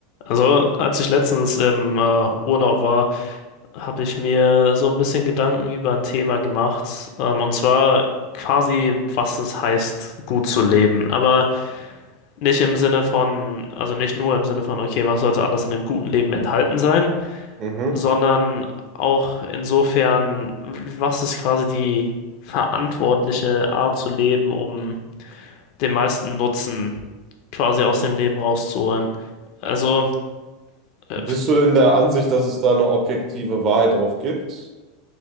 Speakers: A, on the left; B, on the right.
A: Also, als ich letztens im äh, Urlaub war, habe ich mir so ein bisschen Gedanken über ein Thema gemacht. Ähm, und zwar quasi, was es heißt, gut zu leben. Aber nicht im Sinne von, also nicht nur im Sinne von, okay, was sollte alles in dem guten Leben enthalten sein,
B: Mhm.
A: sondern auch insofern, was ist quasi die verantwortliche Art zu leben, um den meisten Nutzen quasi aus dem Leben rauszuholen. Also. äh,
B: Bist du denn der Ansicht, dass es da eine objektive Wahrheit drauf gibt?